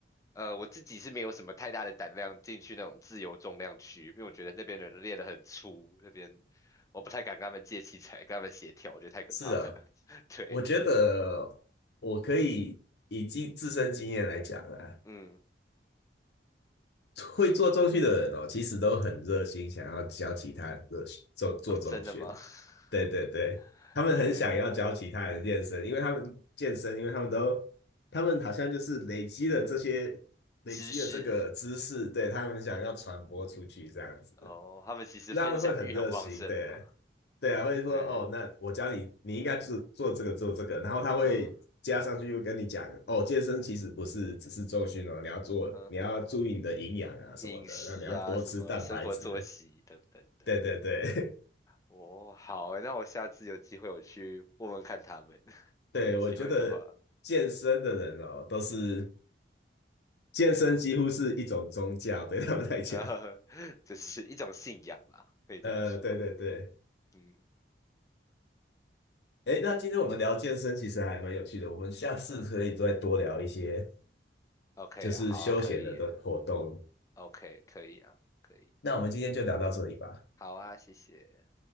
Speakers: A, on the left; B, on the left.
A: 呃我自己是没有什么太大的胆量进去那种自由重量区，因为我觉得那边的人练得很粗，那边我不太敢跟他们借器材，跟他们协调，我觉得太可怕了。
B: 是啊，
A: <laughs> 对，
B: 我觉得我可以以经自身经验来讲啊，
A: 嗯，
B: 会做重训的人哦，其实都很热心，想要教其他人热做做重训。
A: 哦，真的吗？<laughs>
B: 对对对，他们很想要教其他人健身，
A: 嘿，
B: 因为他们健身，因为他们都，他们好像就是累积了这些，累积了这个知识，
A: 知识。
B: 对，他们想要传播出去这样子，
A: 哦，他们其实分享欲很旺盛嘛，
B: 他们会很热心，对，对啊，会说哦，
A: 嗯
B: 那我教你，你应该做做这个做这个，然后他会加上去又跟你讲，
A: 嗯
B: 哦，健身其实不是只是重训哦，你要做，
A: 嗯，
B: 你要注意你的营养啊什么的，
A: 饮食啊，
B: 那你要多吃蛋白质，
A: 什么生活作息等等的。
B: 对对对，
A: 哦，好欸那我下次有机会我去问问看他们，<laughs>
B: 对，
A: 有机会的话，
B: 我觉得健身的人哦，都是健身几乎是一种宗教，对他们来讲。
A: 然后 <laughs> 这是一种信仰啦，可以这样说。
B: 呃，对对对。
A: 嗯
B: 诶，那今天我们聊健身其实还蛮有趣的，我们下次可以再多聊一些
A: 嗯，OK
B: 就是休闲的的活动。
A: 啊，好啊，可以 o k 可以啊，可以，
B: 那我们今天就聊到这里吧。
A: 好啊，谢谢。